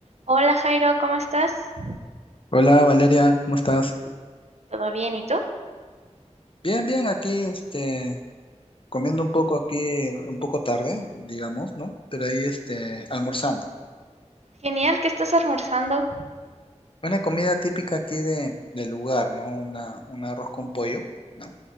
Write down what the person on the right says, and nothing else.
Hola Jairo, ¿cómo estás?
¿Todo bien? ¿Y tú?
Genial, ¿qué estás almorzando?